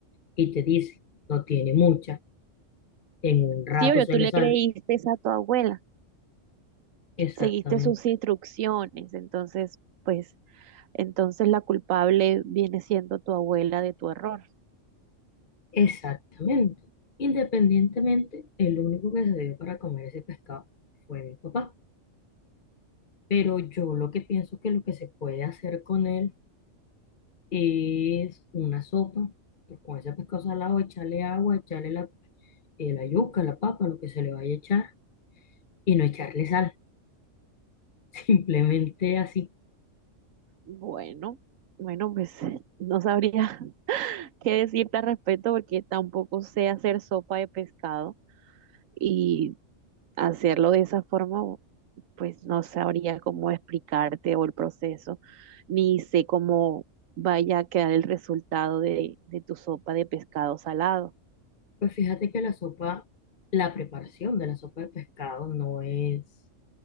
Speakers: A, on the left; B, on the right.
A: y te dice, no tiene mucha, en un rato
B: Sí, obvio,
A: se
B: tú
A: le
B: le
A: sale
B: creíste a tu abuela,
A: exactamente.
B: seguiste sus instrucciones, entonces, pues, entonces la culpable viene siendo tu abuela de tu error.
A: Exactamente. Independientemente, el único que se dio para comer ese pescado fue mi papá. Pero yo lo que pienso que lo que se puede hacer con él es una sopa. pues con ese pescado salado, echarle agua, echarle la, eh, la yuca, la papa, lo que se le vaya a echar y no echarle sal. <laughs> Simplemente así.
B: Bueno, bueno, pues no sabría <laughs> qué decirte al respecto porque tampoco sé hacer sopa de pescado y hacerlo de esa forma, pues no sabría cómo explicarte o el proceso, ni sé cómo vaya a quedar el resultado de, de tu sopa de pescado salado.
A: Pues fíjate que la sopa, la preparación de la sopa de pescado no es